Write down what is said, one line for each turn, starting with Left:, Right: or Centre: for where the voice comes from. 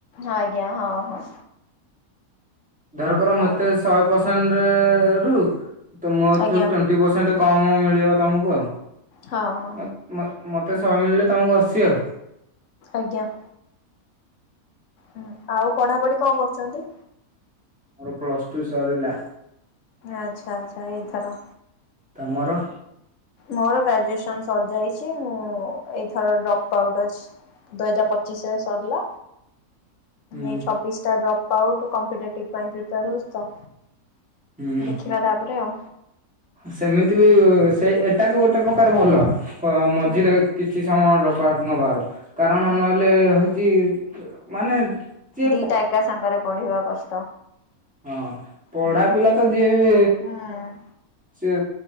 Left: ଆଜ୍ଞା ହଁ ହଁ।
Centre: ଧର କର ମତେ
Left: ଆଉ
Centre: ଶହେ ପରସେଣ୍ଟ ରୁ ତ ମୋ ଏଥିରୁ
Left: ଆଜ୍ଞା
Centre: ଟେଣ୍ଟି ପରସେଣ୍ଟ କମ ମିଳିବ ତମକୁ ଆଉ
Left: ହଁ ହଁ।
Centre: ମତେ ଶ ମିଳିଲେ ତମକୁ ଆସିବ ଆଉ
Left: ଆଜ୍ଞା। ହୁଁ ଆଉ ପଢାପଢି କଣ କରୁଛନ୍ତି।
Centre: ମୋର ପ୍ଲସ ଟୁ ସରିଲା।
Left: ଆଚ୍ଛା ଆଚ୍ଛା ଏଇଥର
Centre: ତମର
Left: ମୋର ଗ୍ରାଜୁଏସନ ସରିଯାଇଛି ମୁଁ ଏଇଥର ଡ୍ରପ୍ ଆଉଟ୍ ଅଛି। ଦୁଇ ହଜାର ପଚିଶରେ ସରିଲା
Centre: ହୁଁ
Left: ଏଇ ଛବିଶ ଟା ଡ୍ରପ୍ ଆଉଟପଟିିପୋର ହଉଛି ତ
Centre: ହୁଁ
Left: ଦେଖିବା ତାପରେ ଆଉ।
Centre: ସେମିତି ବି ସେଇ ଏଇଟା ବି ଗୋଟେ ପ୍ରକାର ଭଲ ମଝିରେ
Left: ହୁଁ
Centre: କିଛି ସମୟ ନବାର କାରଣ
Left: ହୁଁ
Centre: ନହେଲେ ହଉଛି ମାନେ ଯ
Left: ଦିଟା ଏକା ସାଙ୍ଗରେ ପଢିବା କଷ୍ଟ
Centre: ହଁ ପଢା
Left: ହୁଁ।
Centre: ପିଲା ତ ଯିଏ ବି
Left: ହୁଁ
Centre: ସଏ